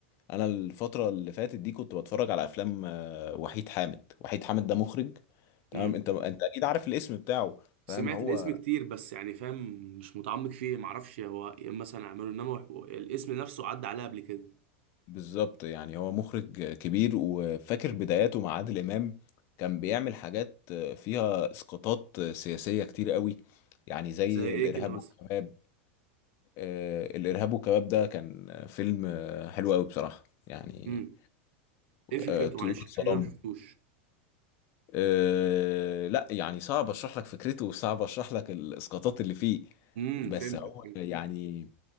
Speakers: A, on the left (about 40°); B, on the right (about 70°).
A: انا الفتره اللي فاتت دي كنت بتفرج على افلام آه، وحيد حامد وحيد حامد ده مخرج تمام
B: امم
A: انت انت اكيد عارف الاسم بتاعه
B: سمعت
A: فاهم هو
B: الاسم كتير بس يعني فاهم مش متعمق فيه معرفش هو إيه مثلا اعمله انما هو- الاسم نفسه عدى عليا قبل كده
A: بالظبط يعني هو مخرج كبير وفاكر بداياته مع عادل امام كان بيعمل حاجات فيها اسقاطات سياسيه كتير قوي يعني زي
B: زي ايه
A: الارهاب
B: كده مثلا
A: والكباب آه، الإرهاب والكباب ده كان فيلم آه، حلو قوي بصراحة يعني
B: امم ايه فكرته
A: آه، طيور
B: معلش الفيلم
A: الظلام
B: ده ما شفتوش
A: آه، لا يعني صعب اشرح لك فكرته وصعب اشرح لك الاسقاطات اللي فيه
B: امم
A: بس
B: فهمت
A: هو
B: فهمت.
A: يعني